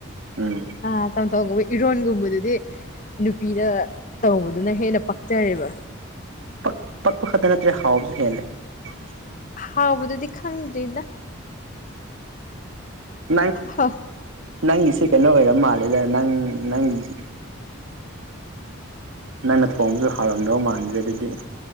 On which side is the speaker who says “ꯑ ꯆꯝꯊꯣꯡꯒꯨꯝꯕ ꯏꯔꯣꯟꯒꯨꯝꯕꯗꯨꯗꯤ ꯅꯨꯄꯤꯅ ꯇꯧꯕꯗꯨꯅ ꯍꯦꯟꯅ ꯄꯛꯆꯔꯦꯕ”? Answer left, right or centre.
Left